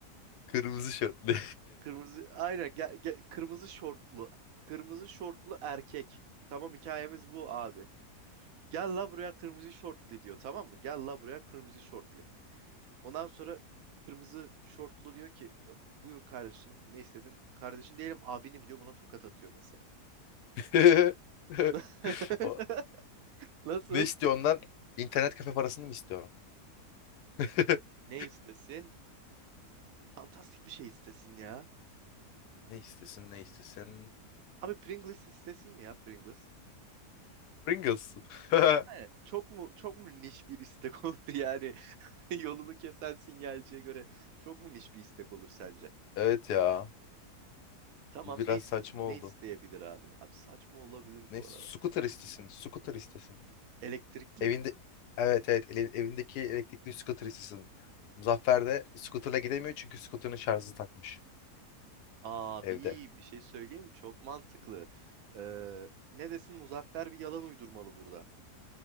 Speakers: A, on the left (about 80°); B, on the right (about 70°).
A: Kırmızı şortlu.
B: Kırmızı aynen gel, gel- kırmızı şortlu. Kırmızı şortlu erkek. Tamam hikayemiz bu abi. Gel la buraya kırmızı şortlu diyor tamam mı? Gel la buraya kırmızı şortlu. Ondan sonra kırmızı şortlu diyor ki buyur kardeşim ne istedin? Kardeşin değilim abinim diyor buna tokat atıyor mesela.
A: <laughs>
B: <laughs>
A: O-
B: Nasıl?
A: Ne istiyor ondan? İnternet kafe parasını mı istiyor? <laughs>
B: Ne istesin? Fantastik bir şey istesin ya.
A: Ne istesin ne istesin?
B: Abi Pringles istesin mi ya Pringles?
A: Pringles. <laughs>
B: Aynen. Çok mu çok mu niş bir istek <laughs> olur yani? <laughs> Yolunu kesen sinyalciye göre çok mu niş bir istek olur sence?
A: Evet ya.
B: Tamam
A: Bu biraz
B: ne is-
A: saçma
B: ne
A: oldu.
B: isteyebilir abi? Abi saçma olabilir
A: Ne?
B: bu
A: Scooter
B: arada.
A: istesin. Scooter istesin.
B: Elektrikli
A: Evinde
B: mi?
A: evet evet ele- evindeki elektrikli scooter istesin. Muzaffer de scooter'la gidemiyor çünkü scooter'ın şarjı takmış
B: Abi
A: evde.
B: bir şey söyleyeyim mi? Çok mantıklı. Ee, ne desin Muzaffer bir yalan uydurmalı burada.